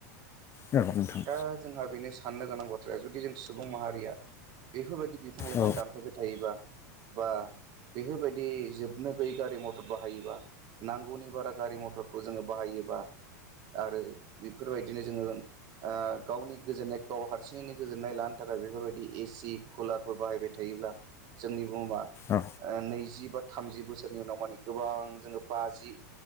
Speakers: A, on the left; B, on the right.
A: नंगौ नोंथां
B: दा जोंहा बेनो साननो गोनां बाथ्राया जुदि जों सुबुं माहारिया बेफोरबायदि बिफां लाइफां
A: औ
B: दानफायबाय थायोबा बा बेफोरबायदि जोबनो गैयै गारि मथर बाहायोबा नांगौनि बारा गारि मथरखौ जोङो बाहायोबा आरो बेफोरबायदिनो जोङो ओ गावनि गोजोननाय गाव हारसिङैनो गोजोननाय लानो थाखाय बेफोरबायदि एसि कुलारफोर बाहायबाय थायोब्ला जोंनि बुहुमा
A: औ
B: ओ नैजि बा थामजि बोसोरनि उनाव माने गोबां जोङो बाजि